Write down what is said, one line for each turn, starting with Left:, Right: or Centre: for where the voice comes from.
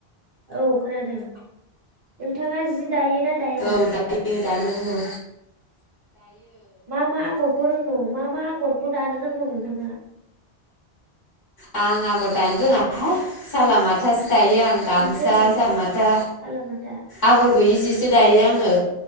Right: औ खोनादों नोंथाङा जि दायोना दाया
Left: औ दायो दानो रोङो
Right: मा - मा आगरखौ रोंगौ मा - मा गरखौ दानो रोंगौ नोंथाङा
Left: आं आगर दानो रोङाहाय साला माथासो दायो आं गामसा
Right: माथो दायो
Left: जामाथा
Right: सालामाथा
Left: आगर गैयि जिसो दायो
Right: अ
Left: आङो